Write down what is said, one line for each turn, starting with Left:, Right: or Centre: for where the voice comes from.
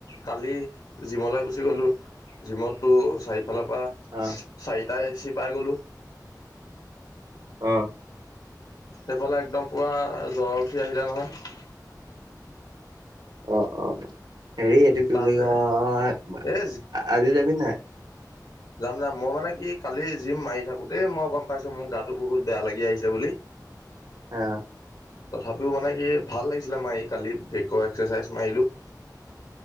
Left: কালি জিমলে গুচি গলোঁ। জিমটো চাৰিওফালৰ পৰা
Right: অঁ!
Left: চাৰিটা এচি পাই গ'লোঁ।
Right: অঁ!
Left: সেইফালে একদম পুৰা জ্বৰ উঠি আহিলে নহয়।
Right: অ-অ! হেৰি এইটো কি
Left: তাতে
Right: বুলি কয়
Left: এ
Right: আজি যাবি নাই?
Left: যাম-যাম মই মানে কি কালি জিম মাৰি থাকোঁতেই মই গম পাইছো মোক গাটো বহুত বেয়া লাগি আহিছে বুলি।
Right: অঁ।
Left: তথাপিও মানে কি ভাল লাগিছিলে মাৰি কালি ব্ৰেকৰ এক্সাৰচাইজ মাৰিলোঁ।